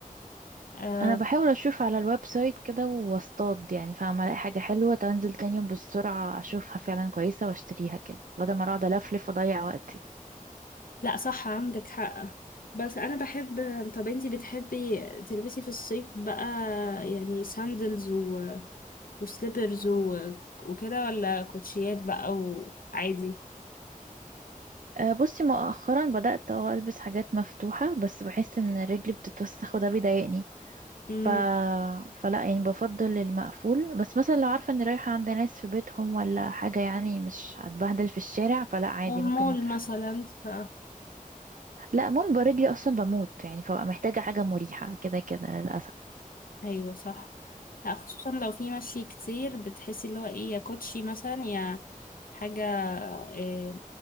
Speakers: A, on the left (about 80°); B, on the right (about 70°).
A: أه
B: انا بحاول اشوف على الويب سايت كده واصطاد يعني فاهمة الاقي حاجة حلوة تنزل تاني يوم بالسرعة اشوفها فعلا كويسة واشتريها كده بدل ما اقعد الفلف واضيع وقتي
A: لا صح عندك حق بس انا بحب طب انتي بتحبي تلبسي في الصيف بقى يعني ساندلز وسليبرز و... وكده ولا كوتشيات بقى وعادي
B: آه، بصي مؤخرا بدأت اه البس حاجات مفتوحة بس بحس ان رجلي بتتوسخ وده بيضايقني
A: امم
B: ف... فلا يعني بفضل المقفول بس مثلا لو عارفة اني رايحة عند ناس في بيتهم ولا حاجة يعني مش هتبهدل في الشارع فلا عادي
A: أو مول
B: ممكن
A: مثلا ف
B: لا مول رجلي اصلا بموت يعني فبقى محتاجة حاجة مريحة كده كده للأسف
A: أيوة صح لا خصوصا لو في مشي كتير بتحسي اللي هو ايه يا كوتشي مثلا يا حاجة إيه